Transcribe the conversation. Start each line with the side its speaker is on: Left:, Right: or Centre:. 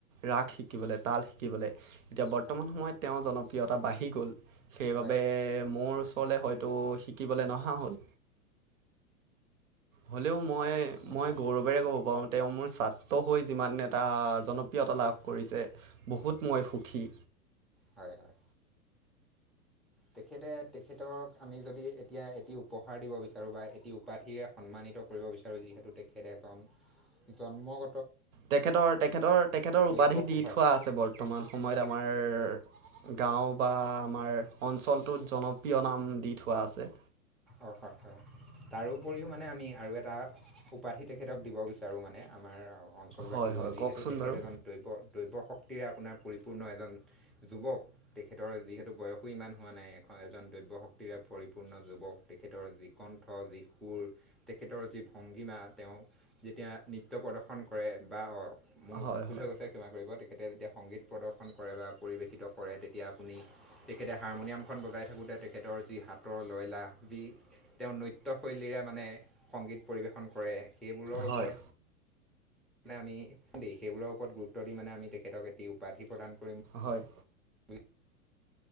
Right: ৰাগ শিকিবলে, তাল শিকিবলে। এতিয়া বৰ্তমান
Centre: হয়
Right: সময়ত তেওঁ তেওঁ জনপ্ৰিয়তা বাঢ়ি গ'ল। সেইবাবে
Centre: হয়
Right: মোৰ ওচৰলে হয়তো শিকিবলৈ নহা হ'ল। হ'লেও মই মই
Centre: হয়
Right: গৌৰৱেৰে ক'ব পাৰো, তেওঁ মোৰ ছাত্ৰ হৈ যিমান এটা জনপ্ৰিয় তা লাভ কৰিছে বহুত মই
Centre: হয়
Right: সুখী।
Centre: হয়, হয়। তেখেতে তেখেতক আমি যদি এতিয়া এটি উপহাৰ দিব বিচাৰো বা এটি উপাধিৰে সন্মানিত কৰিব বিচাৰো যিহেতু তেখেত এজন জন্মগ
Right: তেখেতৰ-তেখেতৰ-তেখেতৰ উপাধি
Centre: দ্ৰব্য
Right: দি
Centre: হয়
Right: থোৱা আছে বৰ্তমান সময়ত আমাৰ গাঁও বা আমাৰ অঞ্চলটোত জনপ্ৰিয় নাম দি থোৱা আছে।
Centre: অ তাকে। তাৰোপৰিও মানে আমি আৰু এটা উপাধি তেখেতক দিব বিচাৰো মানে আমাৰ অঞ্চলবাসী
Right: হয়
Centre: হৈ
Right: হয়
Centre: যিহেতু
Right: কওকচোন
Centre: তেখেত
Right: বাৰু
Centre: এজন দৈব্য-দৈব্য শক্তিৰে আপোনাৰ পৰিপূৰ্ণ এজন যুৱক। তেখেতৰ যিহেতু বয়সো ইমান হোৱা নাই। এখন এজন দৈব্য শক্তিৰে পৰিপূৰ্ণ যুৱক। তেখেতৰ যি কণ্ঠ, যি সুৰ তেখেতৰ যি ভংগীমা। তেওঁ যেতিয়া নৃত্য প্ৰদৰ্শন কৰে বা অঁ মোৰ
Right: হয়
Centre: ভুল
Right: হয়
Centre: হৈ গৈছে ক্ষমা কৰিব। তেখেতে যেতিয়া সংগীত প্ৰদৰ্শন কৰে বা পৰিৱেশিত কৰে। তেতিয়া আপুনি তেখেতে হাৰমনিয়ামখন বজাই থাকোঁ তে তেখেতৰ যি হাতৰ লয়লা, যি তেওঁৰ নৃত্যশৈলীৰে মানে সংগীত পৰিৱেশন কৰে। সেইবোৰৰ
Right: হয়
Centre: ওপৰত মানে আমি দেই সেইবোৰৰ ওপৰত গুৰুত্ব দি মানে আমি তেখেতক এটি উপাধি প্ৰদান কৰিম।
Right: হয়
Centre: বুলি